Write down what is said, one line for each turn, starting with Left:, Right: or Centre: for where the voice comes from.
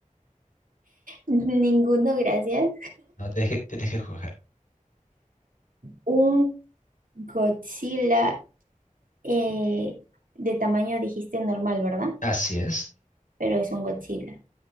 Right: Ninguno, gracias.
Left: No, tienes que, tienes que escoger.
Right: Un Godzilla eh, de tamaño dijiste normal, ¿verdad?
Left: Así es.
Right: Pero es un Godzilla.